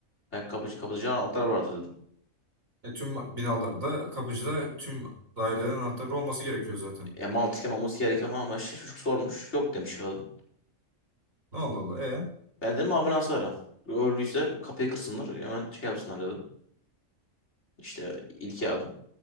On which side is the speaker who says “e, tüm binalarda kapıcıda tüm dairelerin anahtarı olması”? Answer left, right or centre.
Right